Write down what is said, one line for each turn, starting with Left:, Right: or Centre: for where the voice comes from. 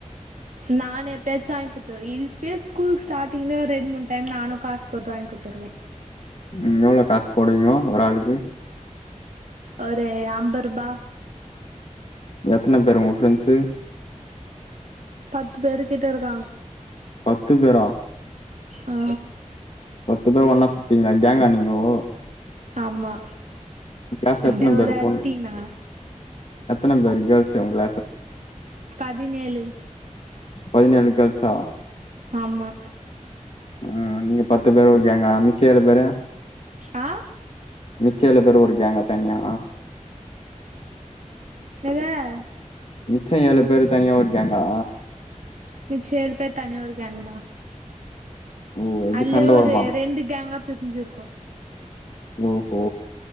Right: நானூ எப்பயாச்சு வாங்கி குத்தருவே இப்பயே ஸ்கூல் ஸ்டாட் டிங்ள ஒரு ரெண்ட் மூண் டைம் நானு காஸ் போட்டு வாங்கி குத்துருக்கேன்
Left: ம் எவ்ளோ காஸ் போடுவீங்கோ ஒராளுக்கு
Right: ஒரு அம்பருபா
Left: எத்தன பேரு ஒங்க ஃப்ரெண்ட்ஸு
Right: பத்து பேருகிட்ட இருக்காங்
Left: பத்து பேரா
Right: ஆ
Left: பத்து பேர் ஒன்னா சுத்தீங்களா கேங்கா நீங்கோ
Right: ஆமா
Left: உங்க கிளாஸ்ல
Right: இந்த
Left: எத்தன பேரு
Right: ஒரு ராத்தினா
Left: பொண் எத்தன பேர் கேள்ஸ் உங்க கிளாஸ்ல
Right: பதினேழு
Left: பதினேழு கேள்சா
Right: ஆமா
Left: ஆ நீங்க பத்து பேர் ஒரு கேங்கா மிச்ச ஏழு பேரு
Right: ஆ
Left: மிச்ச ஏழு பேரு ஒரு கேங்கா தனியா
Right: என்னது
Left: மிச்ச ஏழு பேரு தனியா ஒரு கேங்கா
Right: மிச்ச ஏழு பேரு தனி ஒரு கேங் தா
Left: ஓ எப்டி
Right: அதுலே
Left: சண்ட
Right: ஒரு
Left: வருமா
Right: ரெண்டு கேங்கா பிரிஞ்சுயிருக்கோ
Left: ஓ ஹோ